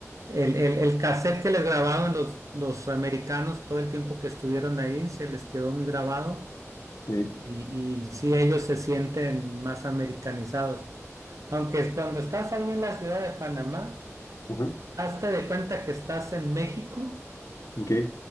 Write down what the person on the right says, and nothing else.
el, el, el cassette que les grabaron los, los americanos todo el tiempo que estuvieron ahí se les quedó muy grabado
y, y sí, ellos se sienten más americanizados. Aunque cuando estás ahí en la ciudad de Panamá,
Hazte de cuenta que estás en México,